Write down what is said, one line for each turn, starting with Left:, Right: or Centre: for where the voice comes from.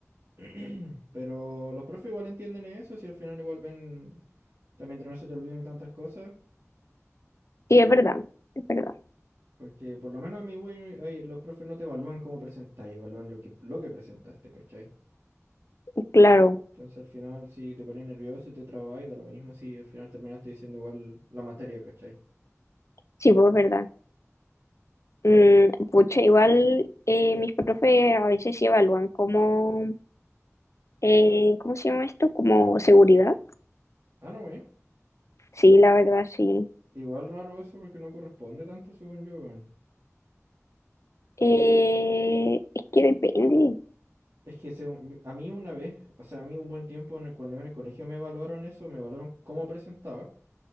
Right: <clears throat> Pero los profes igual entienden eso, si al final igual ven, también no se te olviden tantas cosas,
Left: Sí, es verdad, es verdad,
Right: porque por lo menos a mi güey, ay, los profes no te evalúan cómo presentáis, evalúan lo que, lo que presentaste, ¿cachai?
Left: es claro.
Right: Entonces al final si te pones nervioso y te trabas, da lo mismo si al final terminaste diciendo igual la materia, ¿cachai?
Left: Sí, pues es verdad. Mm, pucha, igual eh, mis profes a veces sí evalúan como, eh, ¿cómo se llama esto? Como seguridad.
Right: Ah, no, güey.
Left: Sí, la verdad, sí.
Right: Igual raro eso porque no corresponde tanto según yo, weón.
Left: Eh, es que depende,
Right: Es que según, yo- a mí una vez, o sea, a mí un buen tiempo en el- cuando iba en el colegio me evaluaron eso, me evaluaron cómo presentaba,